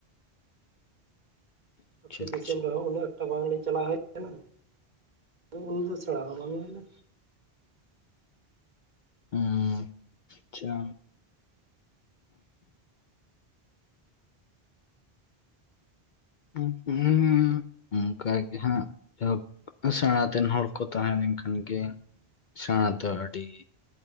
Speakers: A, on the left; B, on the right.
A: ᱟᱪᱪᱷᱟ
B: ᱟᱹᱛᱩ ᱫᱤᱥᱚᱢ
A: ᱟᱪᱪᱷᱟ
B: ᱨᱮᱦᱚᱸ ᱩᱱᱟᱹᱜ ᱵᱟᱝᱞᱤᱧ ᱪᱟᱞᱟᱣ ᱦᱮᱡ ᱠᱟᱱᱟ ᱩᱱ ᱫᱚ ᱥᱮᱬᱟ ᱦᱚᱸ ᱵᱟᱝ ᱦᱩᱭᱱᱟ
A: ᱦᱮᱸ ᱟᱪᱪᱷᱟ ᱦᱩᱸ ᱚᱱᱠᱟᱜ ᱜᱮ ᱦᱟᱸᱜ ᱮᱦᱚᱵ ᱥᱮᱬᱟᱛᱮᱱ ᱦᱚᱲ ᱠᱚ ᱛᱟᱦᱮᱸ ᱞᱮᱱᱠᱷᱟᱱ ᱜᱮ ᱥᱮᱬᱟ ᱫᱚ ᱟᱹᱰᱤ